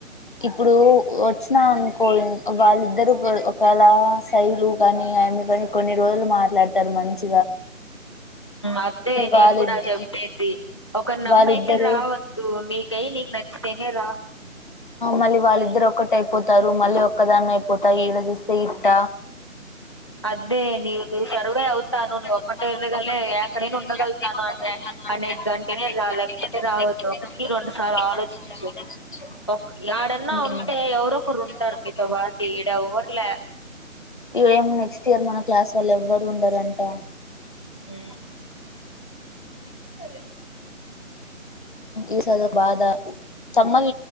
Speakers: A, on the left; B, on the left.
A: ఇప్పుడు వచ్చినా అనుకో వాళ్ళిద్దరు ఒకళ శైలు కాని ఆమి కాని కొన్ని రోజులు మాట్లాడతారు మంచి
B: అదే నేను
A: వాళ్ళిద్ద
B: కూడా చెప్పేది ఒక నమ్మ
A: వాళ్ళిద్దరు
B: అయితే రావద్దు నీకు కయి నికు నచ్ తిని రా
A: మళ్ళీ వాళ్ళిద్దరు ఒకటైపోతారు మళ్ళీ ఒక్కదాన్ని అయిపోతా ఈడ చూస్తే ఇట్ట
B: అదే నీ నువ్వు
A: చెరువులు
B: సర్వే అవుతాను నువ్వు
A: అవుతాను
B: ఒక్కటే వెళగనే
A: నీ ఒక్కటే
B: ఎక్కడైనా
A: వెళ్ళగలి
B: ఉండగలుగుతాను
A: అక్కడే ఉండగలుగుతాను
B: అనే
A: అంటే
B: అన్నిటికంటే
A: అంటే
B: రా
A: అట్లనే
B: లేకపోతే
A: రా
B: రావద్దు
A: లేకపోతే
B: ఒకటికి
A: రావద్దు
B: రెండు
A: ఒకటికి
B: సార్లు ఆలోచించు
A: రెండు సార్లు ఆలోచించు
B: ఒక ఏడన్నా ఉంటే
A: ఎవరైనా
B: ఎవరొకరు
A: ఉంటే
B: ఉంటారు
A: ఎవరో ఒకరు
B: నీతో
A: ఉంటారు
B: వాటి ఏడవర్లే
A: ఈఎం నెక్స్ట్ ఇయర్ మనం క్యాస్ వాళ్ళు ఎవ్వరు ఉండరంట
B: ఆ సరే
A: ఈస బాధ సమ్మవ